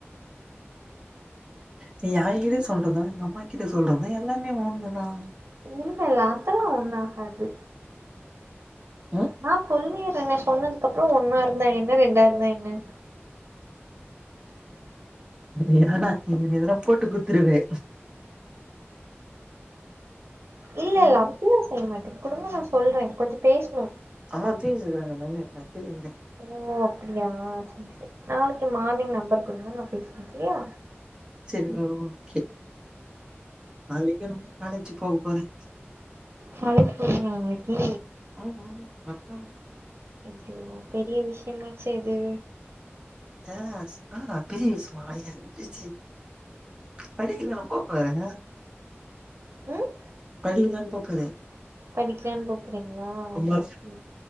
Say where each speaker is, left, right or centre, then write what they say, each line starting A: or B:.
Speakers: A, on the right; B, on the right.
A: நீ ஏங்கிட்ட சொல்றது எங்க அம்மா கிட்ட சொல்றது எல்லாமே ஒன்னுதா
B: இல்லல்ல அதெல்லா ஒன்னு ஆகாது
A: ம்
B: நா சொல்லிர்றன்னே சொன்னது அதுக்கப்புற ஒன்னா இருந்தா என்ன ரெண்டா இருந்தா என்ன
A: வேனா நீ எதனா போட்டு குத்துருவே
B: இல்ல
A: ம்
B: இல்ல அப்பில்லா செய்ய மாட்டே குடுங்க நா சொல்றே கொஞ்ச பேசுணு
A: அம்மா தூங்கினு இருக்கறாங்க மேலே நா கீழ இருந்தே
B: ஓ அப்படியா செரி செரி நாளைக்கு மார்னிங் நெம்பர் குடுங்க நா பேசுறே சரியா
A: ச்சரி ஓகே நாளைக்கு நம்மு காலேஜி போக போறே
B: காலேஜ் போறீங்ளா நாளைக்கி
A: அ அ அஆ அ
B: ஐயோ பெரிய விஷ்யமாச்சே இது
A: அஸ் ஆ பெரிய விசுமா எந்திச்சி படிக்க தான போ போறேங்க
B: ம்
A: படிக்க தான் போ போறே
B: படிக்கலான்னு கூப்புறீங்களா
A: ஆமா
B: ஓகே